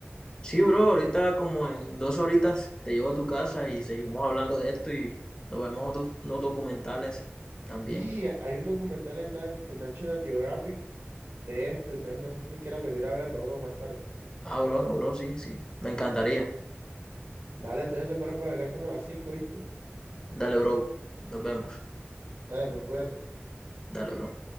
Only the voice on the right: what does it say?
Sí, hay un documental en, Na- en National Geographic de esto, entonces no sé si quieras venir a verlo, bro, más tarde.
Dale, entonces te espero por acá como a las cinco ¿viste?
Dale, pues cuídate.